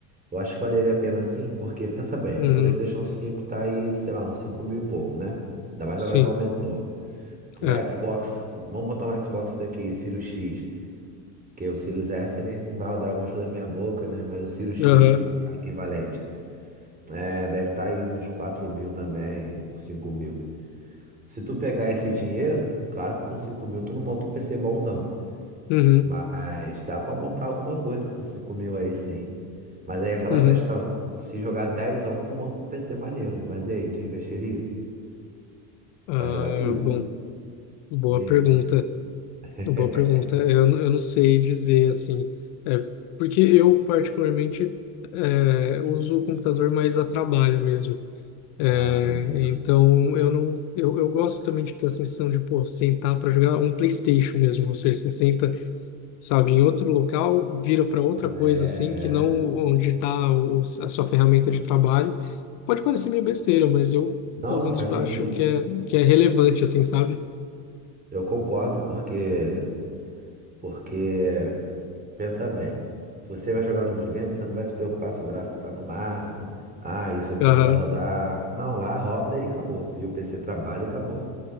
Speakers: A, on the right; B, on the left.
A: Eu acho que valeria a pena sim, porque pensa bem,
B: Uhum,
A: o PlayStation 5 tá aí, sei lá, uns 5 mil e pouco, né? Ainda mais
B: sim,
A: agora que aumentou. O
B: é.
A: Xbox, vamos botar um Xbox aqui, Sirius X, que o Sirius S ele vai rodar algumas coisas na minha boca, né? Mas o Sirius X,
B: Aham,
A: pra ficar equivalente, é, deve estar aí uns 4 mil também, 5 mil. Se tu pegar esse dinheiro, claro que com 5 mil tu não monta um PC bonzão.
B: uhum,
A: Mas dá pra montar alguma coisa com 5 mil aí sim. Mas aí é aquela
B: uhum.
A: questão. Se jogar 10, tu monta um PC maneiro. Mas e aí, tu investiria
B: Ah,
A: pra jogar tudo?
B: bom. Boa
A: E aí?
B: pergunta,
A: <laughs>
B: boa pergunta. É, Eu, n- eu não sei dizer assim, é, porque eu particularmente é, uso o computador mais a trabalho mesmo. É,
A: Ah, entendi.
B: então eu não, eu, eu gosto também de ter a sensação de pô, sentar para jogar um PlayStation mesmo, ou seja, você senta, sabe, em outro local, vira para outra
A: Ah,
B: coisa
A: é,
B: assim, que não
A: é.
B: onde está a sua ferramenta de trabalho. Pode parecer meio besteira, mas eu
A: Não,
B: pelo menos
A: faz sentido.
B: acho que é que é relevante assim, sabe?
A: Eu concordo porque porque Pensa bem. Se Você vai jogar no videogame, você não vai se preocupar se o gráfico tá no máximo. Ah, isso aqui
B: Aham,
A: não vai rodar. Não, lá roda e acabou. E o PC trabalha e acabou.